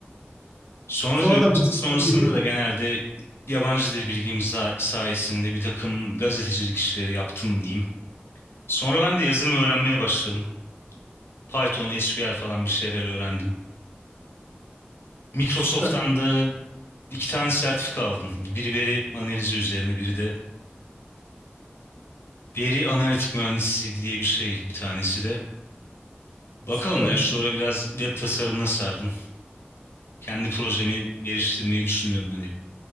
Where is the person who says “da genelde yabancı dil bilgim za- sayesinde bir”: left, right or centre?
Left